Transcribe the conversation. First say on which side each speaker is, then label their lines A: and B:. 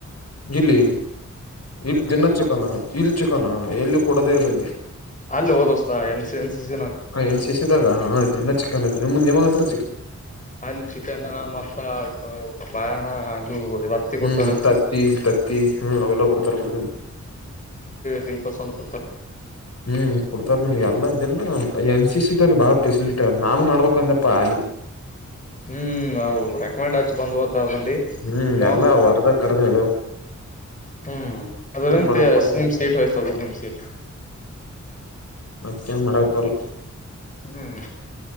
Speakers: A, on the left (about 55°); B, on the left (about 25°).
A: ಇಲ್ಲಿ ಇಲ್ ದಿನ ಚಿಕನ ಇಲ್ಲಿ ಚಿಕನ ಎಲ್ಲಿ ಕೊಡದೆೇ ಇಲ್ಲ ಇಲ್ಲಿ
B: ಅಲ್ಲಿ ಹೋದೋಸ್ತ N C N C C ನಾಗ
A: ಎನ್ ಸಿಸ ಇದಿದಾಗ ಹಲ್ಲ ಚಿಕ್ಕನ್ ನಿಮ ನಿವಾಗತ್ರ
B: ಅಲ್ಲಿ ಚಿಕನ್ ಮತ್ತ ಬಯಾಣ ಅ ಇ ಹತ್ತಿ
A: ಹ್ಮ್
B: ಕೊಡ್ತಾರ
A: ತತ್ತಿ ತತ್ತಿ ಹ್ಮ್ ಅವೆಲ್ಲ ಕೊಡ್ತಾರ ಬಿಡ
B: ಬಲ್ಸ
A: ಹ್ಮ್ ಕೊಡ್ತಾರ ನಿಮ್ಗೆ ಎಲ್ಲ ಇದ ಎನ್ ಸಿ ಸಿದವ್ರರು ಬಾಳ ಫೆಸಿಲಿಟಿ ನಾನು ಮಾಡ್ಬೇಕ ಅಂದಪ್ಪ ಆ
B: ಹ್ಮ್ವು ರೆಕಮೆಂಡ್ ಹಚ್ಚಿ ಬಂದ್ವ ಮಿ
A: ಹ್ಮ್
B: ಹ
A: ಎಲ್ಲಾ ಹೊರದ ಕರ್ದ
B: ಹ್ಮ್ ಅದ್ರಂತ
A: ಏನ್ ಮಾಡಕ್ ಬರ್
B: ಸಿಮ ಸೀಟ್ ಹೋಯ್ತದೆ ಎಮ ಸೀಟ್
A: ಮತ್ತನ್ ಮಾಡಕ್ ಬರ್ಲ್ಲ
B: ಹ್ಮ್